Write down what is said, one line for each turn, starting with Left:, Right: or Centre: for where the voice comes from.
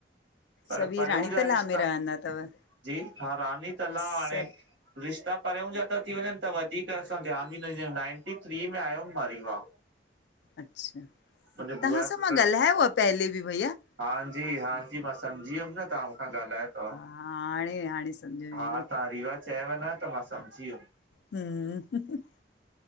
Right: पर
Left: सभु इहे
Right: परियां
Left: राणी
Right: जा
Left: तलाउ
Right: रिश्ता
Left: में रहंदा अथव
Right: जी हा रानी तलाव
Left: सभु
Right: हाणे। रिश्ता परियां जा था थी वञन त वधीक असां ध्यानु बि न ॾंदा आहियूं नाइंटी थ्री में आयो म --
Left: अच्छा।
Right: मुहिंजे
Left: तव्हां
Right: बुआ जे
Left: सां
Right: पुट
Left: मां
Right: --
Left: ॻाल्हायो आहे पहले भैया --
Right: हांजी हा जी मां सम्झी वियुम न तव्हां मूंखां ॻाल्हायो अथव।
Left: हा हाणे हाणे। सम्झ में
Right: हा
Left: आई
Right: तव्हां रीवा चयोव न त मां सम्झी वियुम।
Left: हम्म --